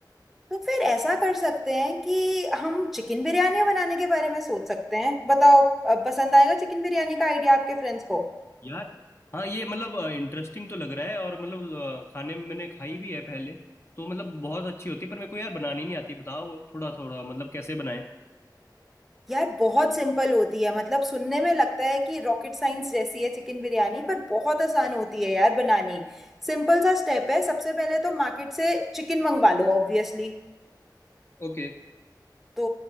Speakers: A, in the centre; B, on the left (about 35°).
A: तो फिर ऐसा कर सकते हैं कि हम चिकन बिरयानी बनाने के बारे में सोच सकते हैं बताओ अ, पसंद आएगा चिकन बिरयानी का आइडिया आपके फ्रेंड्स को
B: यार हाँ ये मतलब इंटरेस्टिंग तो लग रहा है और मतलब अ, खाने में मैंने खाई भी है पहले तो मतलब बहुत अच्छी होती है पर मेरे को यार बनानी नहीं आती बताओ थोड़ा थोड़ा मतलब कैसे बनाएं
A: यार बहुत सिंपल होती है मतलब सुनने में लगता है कि रॉकेट साइंस जैसी है चिकन बिरयानी पर बहुत आसान होती है यार बनानी सिंपल सा स्टेप है सबसे पहले तो मार्केट से चिकन मंगवा लो ऑब्वियसली
B: ओके
A: तो